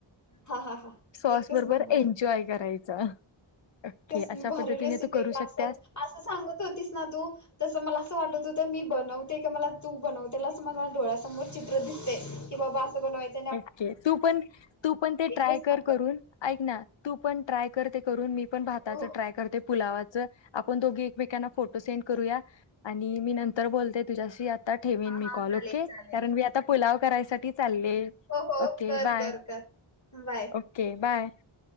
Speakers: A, on the left; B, on the left.
A: हा हा हा
B: सॉस
A: एकच
B: बरोबर
A: नंबर
B: एन्जॉय करायचा. ओके
A: कसली
B: अशा
A: भारी
B: पद्धतीने
A: रेसिपी
B: तू करू
A: आहे की अस
B: शकत्यास
A: असं सांगत होतीस ना तू तसं मला असं वाटत होतं मी बनवते क मला तू बनवतेलाच मला डोळ्यासमोर चित्र दिसते. कि बाबा असं करायचं
B: ओके तू पण तू पण ते ट्राय
A: एकच
B: कर
A: नंबर
B: करून- ऐक ना तू पण ट्राय कर ते करून मी पण भाताच
A: हो
B: ट्राय करते पुलावाचं, आपण दोघी एकमेकांना फोटो सेंड करूया आणि मी नंतर बोलते तुझ्याशी आता ठेविन
A: हा
B: मी
A: हा
B: कॉल
A: चालेल
B: ओके.
A: चालेल
B: कारण मी आता पुलाव करायसाठी चालले
A: हो-हो
B: ओके
A: कर,
B: बाय
A: कर, कर बाय
B: ओके, बाय.